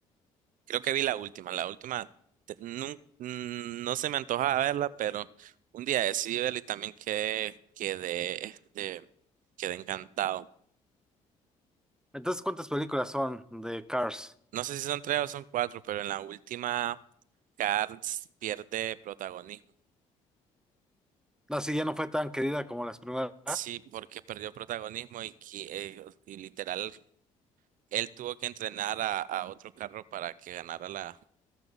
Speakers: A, on the right; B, in the centre.
A: Creo que vi la última. La última te- nun- mm, no, se me antojaba verla, pero un día decidí verla y también quedé, quedé, este, quedé encantado.
B: Entonces, ¿cuántas películas son de Cars?
A: No sé si son tres o son cuatro, pero en la última Cars pierde protagonismo.
B: Así ya no fue tan querida como las primeras.
A: Sí, porque perdió protagonismo y, qui- eh, y literal él tuvo que entrenar a, a otro carro para que ganara la,